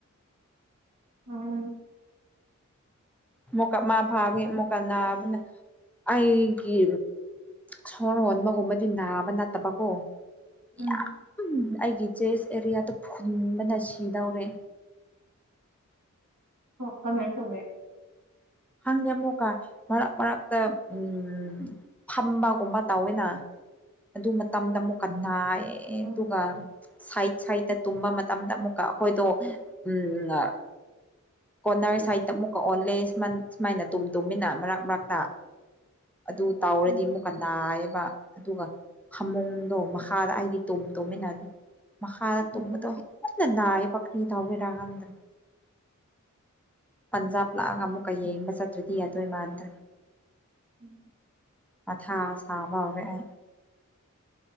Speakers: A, on the right; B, in the centre.
A: ꯎꯝ
B: ꯑꯃꯨꯀ ꯃꯥ ꯚꯥꯕꯒꯤ ꯃꯨꯀꯥ ꯅꯥꯕꯅ ꯑꯩꯒꯤ ꯁꯣꯔ ꯍꯣꯟꯕꯒꯨꯝꯕꯗꯤ ꯅꯥꯕ ꯅꯠꯇꯕꯀꯣ
A: ꯎꯝ
B: ꯌꯥꯝ ꯑꯩꯒꯤ ꯆꯦꯁ ꯑꯦꯔꯤꯌꯥꯗꯣ ꯐꯨꯟꯕꯅ ꯁꯤꯗꯧꯔꯦ
A: ꯑꯣ ꯀꯃꯥꯏ ꯇꯧꯋꯦ
B: ꯈꯪꯒꯦ ꯑꯃꯨꯀ ꯃꯔꯛ ꯃꯔꯛꯇ ꯎꯝ ꯐꯝꯕꯒꯨꯝꯕ ꯇꯧꯋꯦꯅ ꯑꯗꯨ ꯃꯇꯝꯗ ꯑꯃꯨꯛ ꯅꯥꯏꯌꯦ
A: ꯎꯝ
B: ꯑꯗꯨꯒ ꯁꯥꯏꯠ ꯁꯥꯏꯠꯇ ꯇꯨꯝꯕ ꯃꯇꯝꯗ ꯑꯃꯨꯛꯀ ꯑꯩꯈꯣꯏꯗꯣ ꯎꯝ ꯀꯣꯔꯅꯔ ꯁꯥꯏꯠꯇ ꯑꯃꯨꯛꯀ ꯑꯣꯜꯂꯦ ꯁꯨꯃꯟ ꯁꯨꯃꯥꯏꯅ ꯇꯨꯝ ꯇꯨꯝꯃꯤꯟꯅ ꯃꯔꯛ ꯃꯔꯛꯇ ꯑꯗꯨ ꯇꯥꯎꯔꯗꯤ
A: ꯎꯝ
B: ꯑꯃꯨꯛꯀ ꯅꯥꯏꯌꯦꯕ ꯀ ꯑꯗꯨꯒ ꯍꯥꯃꯨꯡꯗꯣ ꯃꯈꯥꯗ ꯑꯩꯗꯤ ꯇꯨꯝ ꯇꯧꯃꯤꯟꯅ ꯑꯗꯨ ꯃꯈꯥꯗ
A: ꯎꯝ
B: ꯇꯨꯝꯕꯗꯣ ꯑꯃꯨꯛ ꯀꯟꯅ ꯅꯥꯏꯌꯦ ꯋꯥꯀꯤꯡ ꯇꯧꯒꯦꯔꯥ ꯉꯝꯗ꯭ꯔꯦ ꯑꯟꯖꯥꯕ ꯂꯥꯛꯑꯒ ꯑꯃꯨꯛ ꯌꯦꯡꯕ ꯆꯠꯇ꯭ꯔꯗꯤ ꯌꯥꯗꯣꯏ ꯃꯥꯟꯗ꯭ꯔꯦ
A: ꯎꯝ
B: ꯃꯊꯥ ꯁꯥꯕ ꯍꯧꯔꯛꯑꯦ